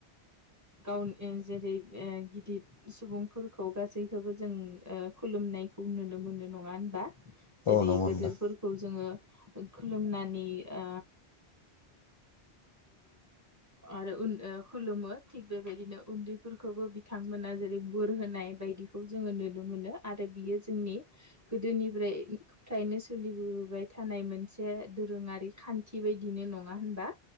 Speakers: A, on the right; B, on the left.
A: गावनि जेरै गिदिर सुबुंफोरखौ गासैखौबो जों खुलुमनाय। खौ नुनो मोनो नङा होनबा जेरै
B: औ नंगौ
A: गेदोरफोरखौ
B: नोंथां
A: जोङो खुलुमनानै आ आरो उन ओ खुलुमो थिग बेबायदिनो उन्दैफोरखौबो बिथांमोना जेरै बोर होनाय बायदिखौ जोङो नुनो मोनो आरो बियो जोंनि गोदोनिफ्राय फ्राय सोलिबोबोबाय थानाय मोनसे दोरोङारि खान्थि बायदिनो नङा होनबा?